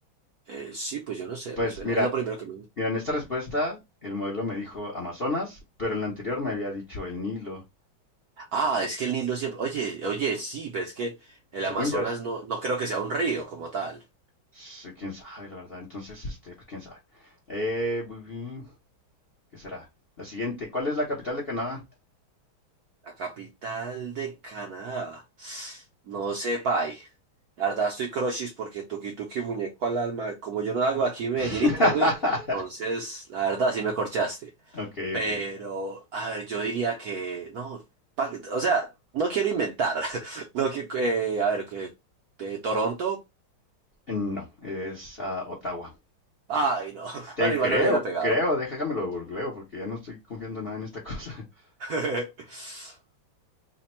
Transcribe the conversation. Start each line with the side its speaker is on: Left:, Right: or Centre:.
Right: Eh, sí, pues yo no sé,
Left: Pues
Right: me suena,
Left: mira,
Right: es lo primero
Left: eh,
Right: que me...
Left: mira, en esta respuesta el modelo me dijo Amazonas, pero en la anterior me había dicho el Nilo.
Right: Ah, es que el Nilo siempre. Oye, oye, sí, pero es que el
Left: Según
Right: Amazonas
Left: yo es,
Right: no, no creo que sea un río como tal.
Left: sí, quién sabe, la verdad. Entonces, este, pues quién sabe. Eh, bu- bu- ¿qué será? La siguiente, ¿cuál es la capital de Canadá?
Right: La capital de Canadá. No sé, pay. La verdad estoy crochis porque tuki tuki muñeco al alma. Como yo no salgo aquí en Medellín
Left: <laughs>
Right: Itagüí, entonces la verdad sí me corchaste.
Left: Ok,
Right: Pero,
Left: ok. ok.
Right: a ver, yo diría que. No, pa- o sea, no quiero inventar. <laughs> No, que, eh, a ver, que. De Toronto.
Left: No, es ah, Ottawa.
Right: Ay, no. <laughs>
Left: Te
Right: Bueno, igual
Left: creo,
Right: no le hubiera pegado.
Left: creo, déjamelo googleo porque ya no estoy confiando nada en esta cosa. <laughs>
Right: <laughs>